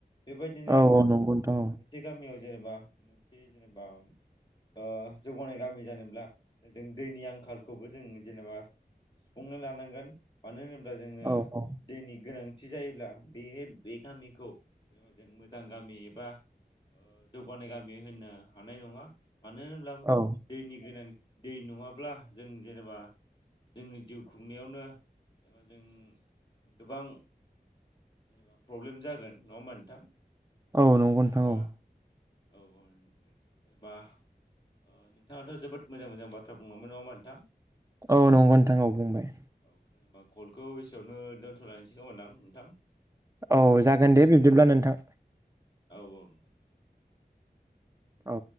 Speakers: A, on the left; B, on the right.
A: बेबायदिनो
B: औ औ नंगौ नोंथां
A: मोनसे गामियाव जेनेबा मोनसे जेनेबा उम ओ जौगानाय गामि जानोब्ला जों दैनि आंखालखौबो जों जेनेबा सुफुंनो लानांगोन मानो होन बा जोङो
B: औ औ
A: दैनि गोनांथि जायोब्ला बेहेब बे गामिखौ जेनेबा जों मोजां गामि एबा ओ जौगानाय गामि होननो हानाय नङा। मानो होनब्लाबो
B: औ
A: दैनि गोनांथि दै नङाब्ला जों जेनेबा जोंनि जिउ खुंनायावनो एबा जों गोबां जेनेबा प्रब्लेम जागोन नङा होमबा नोंथां?
B: औ
A: जाय
B: नंगौ
A: जेनेबा
B: नोंथां औ
A: औ औ नोंथां जेनेबा <inaudible> ओ नोंथाङाथ' जोबोद मोजां मोजां बाथ्रा बुंलांबाय नङा होमबा नोंथां
B: औ नंगौ नोंथां औ बुंबाय
A: औ जेनेबा कलखौ एसेयावनो दोन्थ'लायसै खोमा नोंथां
B: औ जागोन दे बिब्दिब्ला नोंथां
A: औ औ
B: औ